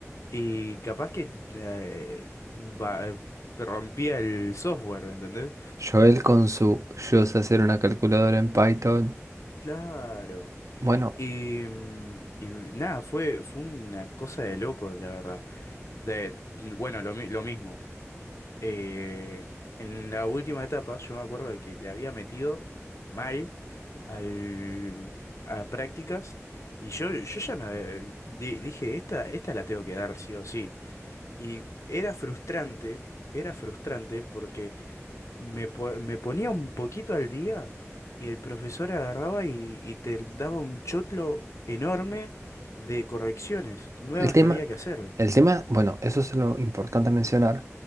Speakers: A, on the left (about 70°); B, on the right (about 75°).
A: Y capaz que eh, va- eh, rompía el software, ¿entendés?
B: Joel con su yo sé hacer una calculadora en Python.
A: Claro.
B: Bueno,
A: Y, mm, y nada, fue, fue una cosa de loco, la verdad. De, mm, bueno, lo, mi- lo mismo. Eh, en la última etapa, yo me acuerdo de que le había metido mal al, a prácticas. Y yo, yo ya me había- eh, di- dije, esta, esta la tengo que dar sí o sí. Y era frustrante, era frustrante porque me, po- me ponía un poquito al día y el profesor agarraba y, y te daba un chotlo enorme de correcciones nuevas
B: el tema,
A: que había que hacerle.
B: el tema, bueno, eso es lo importante a mencionar,